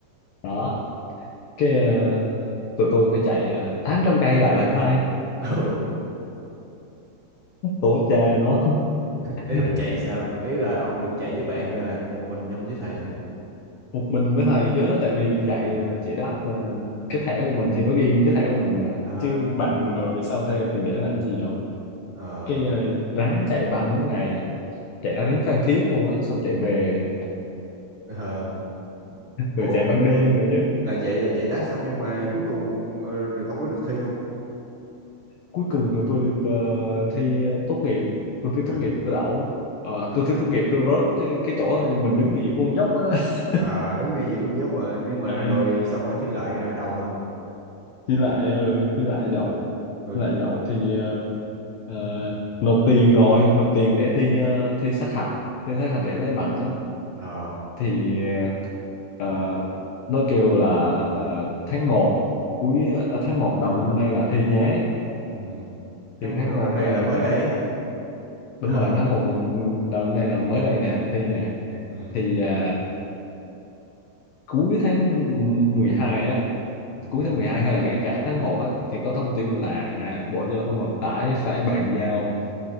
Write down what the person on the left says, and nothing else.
đó cái à, tụi tôi phải chạy à, 800 cây lại là khai
tổ cha nó
<laughs>
một mình với thầy chứ tại vì chạy
à, chạy đáp là cái thẻ của mình thì nó ghi cái thẻ của mình mà
chứ bạn ngồi phía sau thuê thì để làm gì đâu
cái à, ráng chạy ba bốn ngày chạy ra đến Phan Thiết luôn á xong chạy về
rồi
chạy ban đêm nữa chứ
cuối cùng là tôi được ờ, thi tốt nghiệp tôi thi
tốt nghiệp tôi đậu Ờ,
tôi thi tốt nghiệp tôi rớt cái, cái chỗ mình đứng ở giữa con dốc đó, đó. <laughs>
Ờ,
thi lại ừ, thi lại đậu
Thi lại đậu thì ờ, ờ, nộp tiền rồi nộp tiền để thi ờ, thi sát hạch thi sát hạch để lấy bằng á
thì ờ, nó kêu là ờ, tháng một cuối ờ, tháng một đầu năm nay là thi nhé
thì
tháng
một
ờ,
đúng rồi tháng một ừ, đầu năm nay là mới đây nè thi nè
thì ờ, cuối tháng mười hai á
cuối tháng 12 hay là ngay cả tháng một á, thì có thông tin là à, Bộ Giao thông Vận tải phải bàn giao